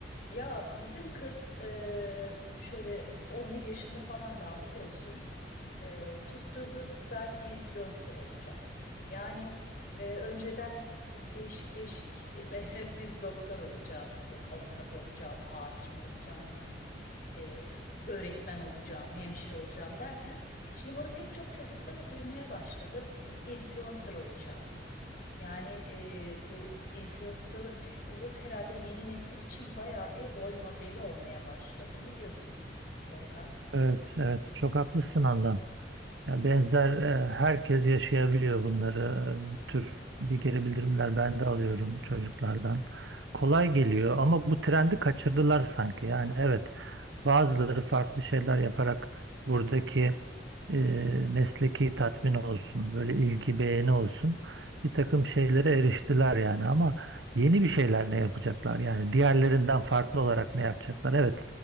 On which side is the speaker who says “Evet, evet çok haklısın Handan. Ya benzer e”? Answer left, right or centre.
Right